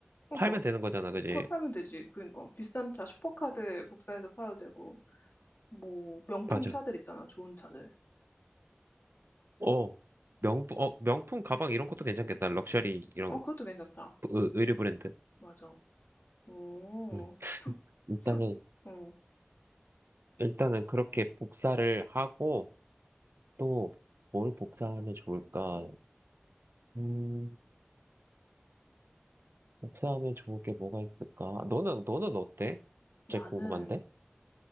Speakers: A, on the left; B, on the right.
A: 그러니까.
B: 팔면 되는 거잖아, 그지?
A: 그걸 팔면 되지. 그러니까. 비싼 차 슈퍼카드 복사해서 팔아도 되고. 뭐 명품
B: 맞아.
A: 차들 있잖아, 좋은 차들.
B: 어, 명품, 어, 명품 가방 이런 것도 괜찮겠다. 럭셔리 이런
A: 어, 그것도 괜찮다.
B: 의- 의류 브랜드.
A: 맞아. 오,
B: 음.
A: 상,
B: 일단은,
A: 상, 어.
B: 일단은 그렇게 복사를 하고, 또 뭘 복사하면 좋을까? 음, 복사하면 좋을 게 뭐가 있을까? 너는, 너는 어때? 갑자기
A: 나는,
B: 궁금한데?